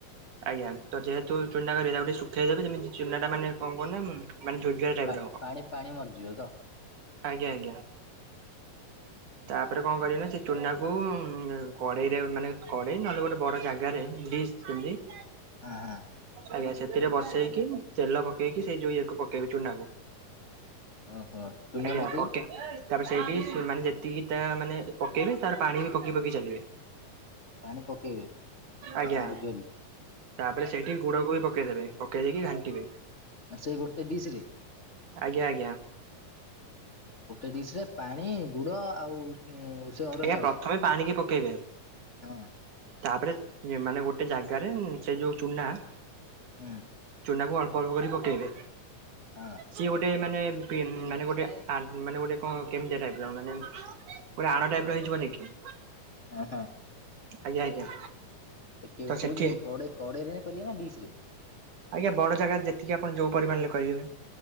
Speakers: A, on the right; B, on the left.
A: ଆଜ୍ଞା ତ ଯେହେତୁ ଚୁନା କରିବେ ତାକୁ ଟିକେ ଶୁଖେଇ ଦେବେ ଯେମିତି ଚୁନା ଟା ମାନେ କଣ କହନା ମାନେ ଝୁଝୁରା ଟାଇପ
B: ପା
A: ହବ
B: ପାଣି ପାଣି ମରିଯିବ ତ
A: ଆଜ୍ଞା ଆଜ୍ଞା। ତାପରେ କଣ କରିବ ନା ସେ ଚୁନା କୁ କଡେଇରେ ମାନେ କଡେଇ ନହେଲେ ଗୋଟେ ବଡ ଜାଗାରେ ଡି। <unintelligible>
B: ହଁ ହଁ।
A: ଆଜ୍ଞା ସେଥିରେ ବସେଇକି ତେଲ ପକେଇକି ସେଇ ଯୋଉ ଇଏ କ ପକେଇବେ ଚୁନା କୁ।
B: ଓହୋ ଚୁନା
A: ଆଜ୍ଞା
B: ପକେଇ
A: ଓକେ। ତାପରେ ସେଇଟି ମାନେ ଯେତିକି ତା ମାନେ ପକେଇବେ ତାର ପାଣି ବି ପକେଇ ପକେଇ ଚାଲିବେ।
B: ପାଣି ପକେଇବେ
A: ଆଜ୍ଞା
B: ହଁ ବୁଝିଗଲି
A: ତାପରେ ସେଇଠି ଗୁଡକୁ ବି ପକେଇଦେବେ। ଦେଇକି ଘାଣ୍ଟିବେ।
B: ସେଇ ଗୋଟେ ଡିଶ ରେ।
A: ଆଜ୍ଞା ଆଜ୍ଞା
B: ଗୋଟେ ଡିଶ ରେ ପାଣି ଗୁଡ ଆଉ ଉଁ ସେ ଅରୁଆ
A: ଆଜ୍ଞା
B: ଚାଉଳ
A: ପ୍ରଥମେ ପାଣିିକି ପକେଇବେ।
B: ହଁ
A: ତାପରେ ମାନେ ଗୋଟେ ଜାଗାରେ ସେ ଯୋଉ ଚୁନା
B: ହୁଁ।
A: ଚୁନା କୁ ଅଳ୍ପ ଅଳ୍ପ କରି ପକେଇବେ
B: ହଁ
A: ସିଏ ଗୋଟେ ମାନେ ମାନେ ଗୋଟେ ମାନେ ଗୋଟେ କଣ କେମିତିଆ ଟାଇପ ର ମାନେ ଗୋଟେ ଆଣ ଟାଇପର ରହି ଯିବନି କି?
B: ହଁ
A: ଆଜ୍ଞା ଆଜ୍ଞା।
B: କୋଉ
A: ତ ସେଠି
B: କୋଉଥିରେ କଡ଼େଇ କଡେଇରେ କରିବେ ନା ଡିଶ ରେ।
A: ଆଜ୍ଞା ବଡ ଜାଗା ଯେତିକି ଆପଣ ଯୋଉ ପରିମାଣରେ କରିିବେ।